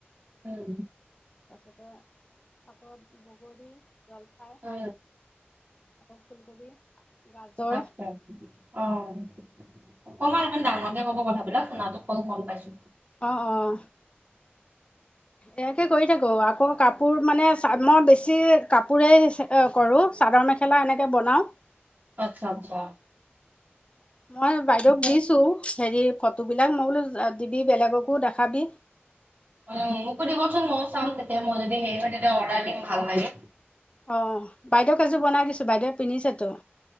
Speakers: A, on the right; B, on the left.
A: উম
B: তাৰপিছতে হাতত বগৰী। জলফাই
A: অ
B: আকৌ ফুলকবি গাজৰ
A: আত্চ্ছা অহ। অকণমান অকন ডাঙৰকে কব কথাবিলাক শুনাতো কম গম পাইছো।
B: অ অ ইয়াকে কৰি থাকো আকৌ কাপোৰ মানে চা মই বেছি কাপোৰে কৰো চাদৰ মে- মেখেলা এনেকে বনাও।
A: আচ্ছা আচ্ছা।
B: মই বাইদেউক
A: ঠিকে
B: দিছো হেৰি- ফটোবিলাক মই বোলো দিবি বেলেগকো দেখাবি।
A: উম উ উ মোকো দিবচোন ময়ো চাম তেতিয়া মোৰ যদি হেৰি হয় তেতিয়া অৰ্ডাৰ দিম ভাল লাগে।
B: অ, বাইদেউক এযোৰ বনাই দিছো বাইদেউয়ে পিন্ধিছেটো